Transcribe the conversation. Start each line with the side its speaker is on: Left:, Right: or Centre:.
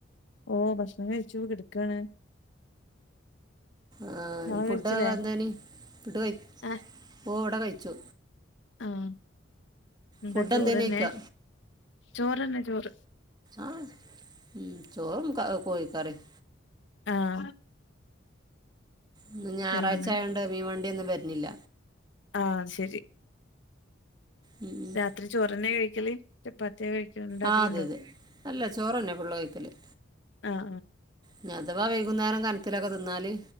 Left: ഓഹ് ഭക്ഷണം കഴിച്ചു കിടുക്കാണ്-
Right: ആഹ്
Left: ഇങ്ങള്
Right: ഫുഡൊക്കെന്തേനി
Left: കഴിച്ചില്ലേ
Right: ഫുഡ് കഴി
Left: ആഹ്
Right: ഓ ഇവിടെ കഴിച്ചു.
Left: ആഹ് എന്താ
Right: ഫുഡ്
Left: ചോറ്ന്നെ
Right: എന്തേനി കഴിക്കുക
Left: ചോറ്ന്നെ ചോറ്
Right: ആഹ് ഉം ചോറും കോ കോയി കറിയും.
Left: ആഹ്
Right: ന്ന് ഞായറാഴ്ച
Left: പിന്നെ
Right: ആയോണ്ട് മീൻ വണ്ടി ഒന്നും വരണില്ല.
Left: ആഹ് ശരി.
Right: ഉം ഉം.
Left: ത്രീ ചോറ്ന്നെ കഴിക്കല് ചപ്പാത്തിയാ കഴിക്ക ഇണ്ടാക്കലുണ്ടോ
Right: ആഹ് അതെ അതെ അല്ല ചോറന്നെ ഫുൾ കഴിക്കല്-
Left: ആഹ്
Right: ന്നേ അഥവാ വൈകുന്നേരം കനത്തിലൊക്കെ തിന്നാല്